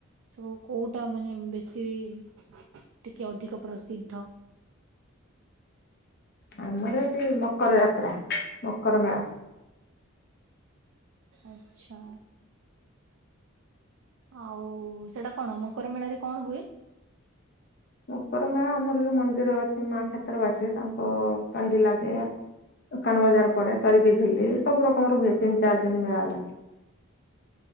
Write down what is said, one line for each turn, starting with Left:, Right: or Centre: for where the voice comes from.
Right: ସବୁ କୋଉଟା ମାନେ ବେଶୀ ଟିକେ ଅଧିକ ପ୍ରସିଦ୍ଧ?
Left: ଆମର ଏଠି ମକର ଯାତ୍ରା ମକର ମେଳା।
Right: ଆଚ୍ଛା। ଆଉ ସେଟା କଣ ମକର ମେଳାରେ କଣ ହୁଏ?
Left: ମଙ୍କରମାଳା ଆମର ଯୋଉ ମନ୍ଦିର ଅଛି ମା କ୍ଷେତ୍ର ବାସୀ ତାଙ୍କ ଚଣ୍ଡି ଲାଗେ। ଦୋକାନ ବଜାର ପଡ଼େ ଚରିକି ଝୁଲି ସବୁ ରକମ ର ହୁଏ ତିନି ଚାରି ଦିନ ମେଳା ଲାଗେ।